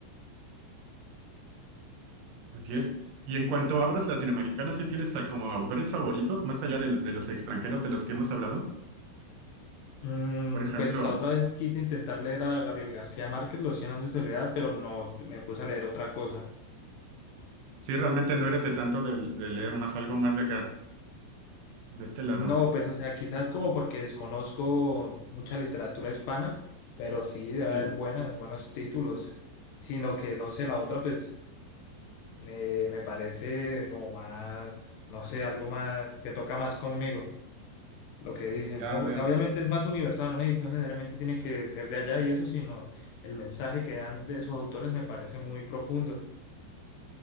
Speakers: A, on the right (about 75°); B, on the left (about 75°).
A: Así es. Y en cuanto a obras latinoamericanas, ¿sí tienes a- como autores favoritos, más allá del- de, los extranjeros de los que hemos hablado?
B: Mm,
A: Por ejemplo,
B: pues la otra vez quise intentar leer a Gabriel García Márquez, Los cien años de soledad, pero no, me puse a leer otra cosa.
A: si realmente no eres de tanto de, de leer más algo más de acá, de este
B: No,
A: lado.
B: pues o sea, quizás como porque desconozco mucha literatura hispana, pero sí debe
A: Sí,
B: haber buenas, buenos títulos, sino que no sé, la otra pues me me parece como más, no sé, algo más que toca más conmigo, lo que dicen,
A: ya
B: ¿no?
A: veo.
B: O sea, obviamente es más universal, no, ne- no necesariamente tiene que ser de allá y eso, sino el mensaje que dan de sus autores me parece muy profundo.